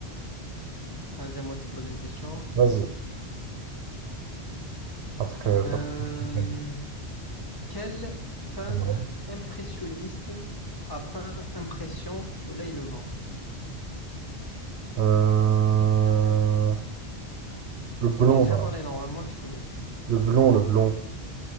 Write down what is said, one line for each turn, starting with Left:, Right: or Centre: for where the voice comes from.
Left: Vas-y, à moi de te poser une question.
Right: Vas-y. Un truc euh, pas
Left: Euh,
Right: trop compliqué.
Left: quel peintre
Right: Voilà.
Left: impressionniste a peint Impression, Soleil Levant?
Right: Euh, Le blond,
Left: On en a déjà
Right: là.
Left: parlé normalement, tu connais.
Right: Le blond, le blond.